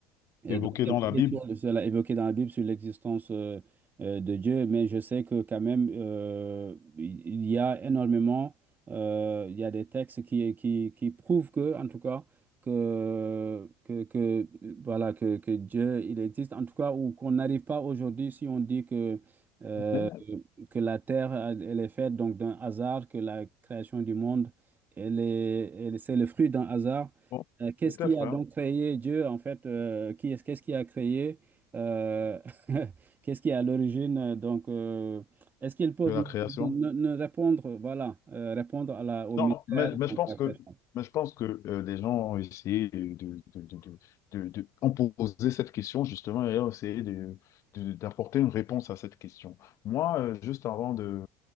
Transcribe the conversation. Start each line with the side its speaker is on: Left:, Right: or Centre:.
Right: euh,
Left: Évoqué
Right: Donc, évoqué
Left: dans la Bible,
Right: sur- cela évoqué dans la Bible sur l'existence euh, euh, de Dieu, mais je sais que quand même, euh, il y a énormément, euh, il y a des textes qui, qui, qui prouvent que, en tout cas, que, que, que, euh, voilà, que, que Dieu, il existe, en tout cas, ou qu'on n'arrive pas aujourd'hui si on dit que, euh,
Left: mais
Right: que la terre, elle elle est faite donc d'un hasard, que la création du monde, elle est, elle- c'est le fruit d'un hasard.
Left: bon,
Right: Euh, Qu'est-ce
Left: peut-être,
Right: qui a
Left: hein,
Right: donc créé Dieu, en fait, euh, qui est, qu'est-ce qui a créé, euh, <laughs> qu'est-ce qui est à l'origine, euh, donc, euh, est-ce qu'ils peuvent
Left: de la
Right: ne,
Left: création.
Right: ne- ne répondre, voilà, euh, répondre à la, au
Left: Non,
Right: mystère,
Left: mais, mais
Right: donc,
Left: je pense
Right: la
Left: que,
Right: personne.
Left: mais je pense que euh, des gens ont essayé de, de, de, de, de- de- ont posé cette question justement et ont essayé de, de- d'apporter une réponse à cette question. Moi, euh, juste avant de,